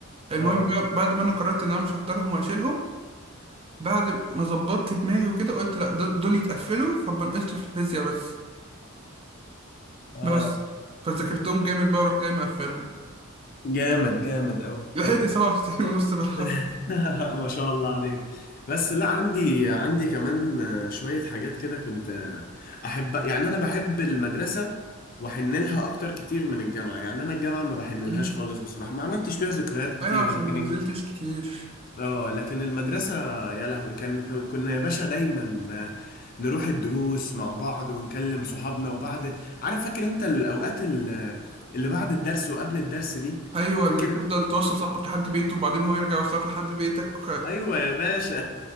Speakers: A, on the right; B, on the left.
A: المهم
B: اه
A: بقى بعد ما انا قررت ان انا مش هحضرهم وهشيلهم بعد ما ظبطت دماغي وكده قلت لا د- دول يتقفلوا فبنقصت في الفيزياء بس
B: اه
A: بس فذاكرتهم جامد بقى ورحت جاي مقفلهم
B: جامد جامد قوي
A: لحقت
B: قوي
A: 97 ونص بالعافية
B: <laughs> ما شاء الله عليك بس لا عندي عندي كمان آه، شوية حاجات كده كنت آه، أحب يعني أنا بحب المدرسة وأحن لها أكتر كتير من الجامعة يعني أنا الجامعة ما بحن لهاش
A: <laughs>
B: خالص بصراحة ما عملتش فيها ذكريات كتيرة
A: ايوه عشان
B: لكن
A: ما نزلتش كتير
B: اه لكن المدرسة يا لهوي كان كان- كنا يا باشا دايما آه، نروح الدروس مع بعض ونكلم صحابنا وبعد عارف فاكر انت الأوقات ال- اللي بعد الدرس وقبل الدرس دي
A: ايوه
B: فاكر
A: اللي تفضل
B: انت الأوقات
A: توصل
B: دي
A: صاحبك لحد بيته وبعدين هو يرجع يوصلك لحد بيتك
B: ايوه يا باشا